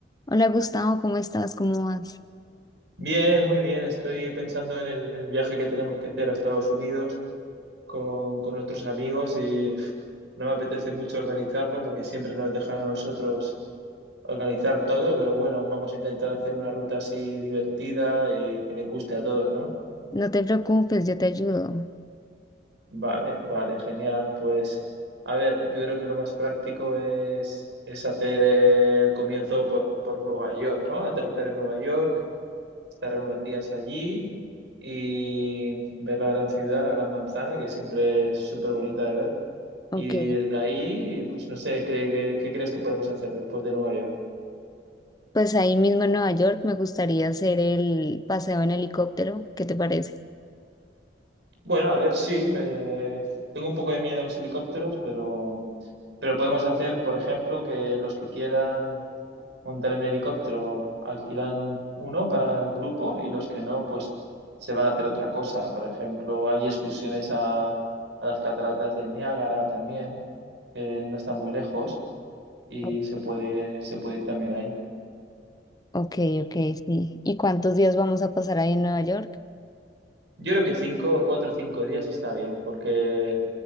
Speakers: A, on the left; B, on the right.
A: Hola Gustavo, ¿cómo estás? ¿Cómo vas?
B: Bien, muy bien. Estoy pensando en el, en el viaje que tenemos que hacer a Estados Unidos con, con nuestros amigos y uf, no me apetece mucho organizarlo porque siempre nos dejan a nosotros organizar todo, pero bueno, vamos a intentar hacer una ruta así divertida y que le guste a todos, ¿no?
A: No te preocupes, yo te ayudo.
B: Vale, vale, genial. Pues a ver, yo creo que lo más práctico es, es hacer el comienzo por, por Nueva York, ¿no? Aterrizar en Nueva York estar unos días allí y ver la gran ciudad, la gran manzana, que siempre es súper bonita de ver.
A: Ok,
B: Y desde ahí, pues no sé, ¿qué, qué, qué crees que podemos hacer después de Nueva York?
A: pues ahí mismo en Nueva York me gustaría hacer el paseo en helicóptero, ¿qué te parece?
B: Bueno, a ver, sí, me- tengo un poco de miedo a los helicópteros, pero, pero podemos hacer, por ejemplo, que los que quieran montar en helicóptero alquilan uno para el grupo y los que no, pues se van a hacer otra cosa. Por ejemplo, hay excursiones a, a las cataratas de Niágara también, que no están muy lejos y
A: O-
B: se puede ir, se puede ir también ahí.
A: Ok, ok, sí. ¿Y cuántos días vamos a pasar ahí en Nueva York?
B: Yo creo que cinco, cuatro o cinco días está bien, porque